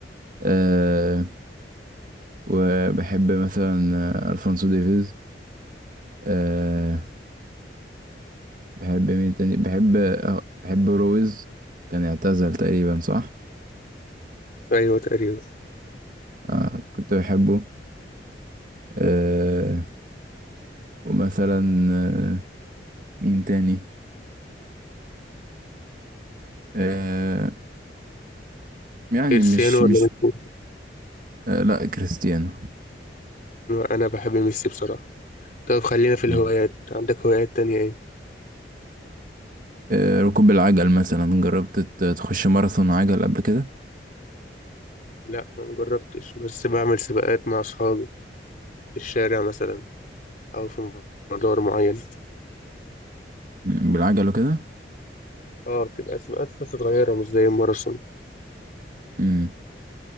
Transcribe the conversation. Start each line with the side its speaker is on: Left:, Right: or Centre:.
Right: آه، وبحب مثلا آه، ألفونسو ديفيز آه، بحب مين تاني بحب آه، بحب رويز كان اعتزل تقريبا صح؟
Left: أيوة تقريبا
Right: آه، كنت بحبه آه، ومثلا آه، مين تاني آه يعني
Left: كريستيانو
Right: مش مش
Left: ولا ميسي
Right: آه لا كريستيانو
Left: أنا بحب ميسي بصراحة طب خلينا في الهوايات
Right: مم.
Left: عندك هوايات تانية إيه؟
Right: آه ركوب العجل مثلا جربت ت- تخش ماراثون عجل قبل كده
Left: لا ما جربتش بس بعمل سباقات مع أصحابي في الشارع مثلا أو في مدار معين
Right: مم، بالعجل وكده
Left: اه بتبقى سباقات بس صغيرة مش زي الماراثون
Right: مم.